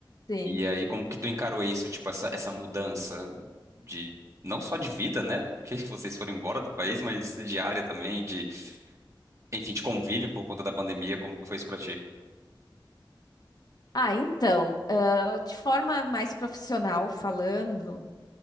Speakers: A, on the left (about 50°); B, on the right (about 35°).
A: sim.
B: E aí, como que tu encarou isso, tipo, essa, essa mudança de não só de vida, né? Porque <laughs> vocês foram embora do país, mas de área também, de, enfim, de convívio por conta da pandemia, como que foi isso pra ti?
A: Ah, então, ah, de forma mais profissional falando,